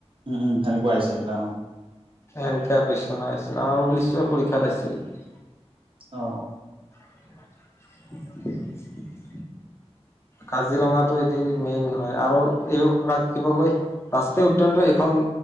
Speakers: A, on the right; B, on the left.
A: উম উম সেনেকুৱা আহছিল এটা অ
B: এনকেপচছিল আমাৰৰ পৰীক্ষাতাইছিল <unintelligible>
A: অ,
B: <unintelligible> কাজিৰঙাটো এতে মেইন হয়, আৰু এই কিবা কয় ৰাষ্ট্ৰীয় উদ্যানটো এখন